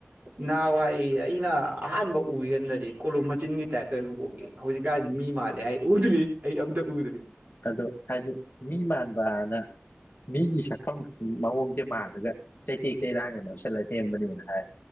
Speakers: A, on the right; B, on the left.
A: ꯅꯍꯋꯥꯏ ꯑꯩꯅ ꯑꯍꯥꯟꯕ ꯎ ꯀꯥꯟꯗꯗꯤ ꯀꯣꯂꯣꯝ ꯃꯆꯤꯟꯒꯤ ꯇꯥꯏꯞꯇ ꯑꯗꯨꯝ ꯎꯒꯤ ꯍꯧꯖꯤꯛꯀꯥꯟꯗꯤ ꯃꯤ ꯃꯥꯜꯂꯦ ꯍꯥꯏ ꯎꯗ꯭ꯔꯤ ꯑꯩ ꯑꯝꯇ ꯎꯗ꯭ꯔꯤ
B: ꯑꯗꯣ ꯍꯥꯏꯗꯤ ꯃꯤ ꯃꯥꯟ ꯕꯅ ꯃꯤꯒꯤ ꯁꯛꯐꯝ ꯃꯑꯣꯡꯁꯦ ꯃꯥꯜꯂꯒ ꯆꯩꯇꯦꯛ ꯆꯩꯔꯥꯡꯒ ꯅꯞꯁꯤꯜꯂꯒ ꯁꯦꯝꯕꯅꯦꯅ ꯍꯥꯏ